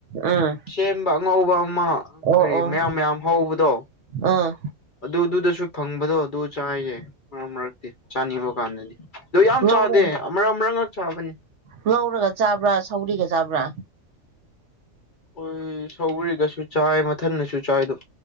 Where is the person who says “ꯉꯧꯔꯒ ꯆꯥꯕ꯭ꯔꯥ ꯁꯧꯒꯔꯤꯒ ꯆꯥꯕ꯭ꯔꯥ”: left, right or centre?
Right